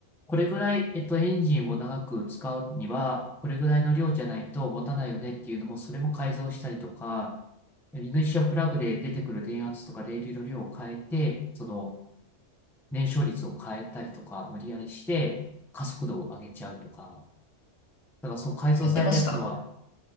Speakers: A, in the centre; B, on the left.
A: これぐらい、えっと、エンジンを長く使うには、これぐらいの量じゃないと持たないよねっていうのも、それも改造したりとか、イグニッションプラグで出てくる電圧とか電流の量を変えて、その燃焼率を変えたりとか、無理やりして加速度を上げちゃうとか。だからそう改造されたやつは、
B: やってました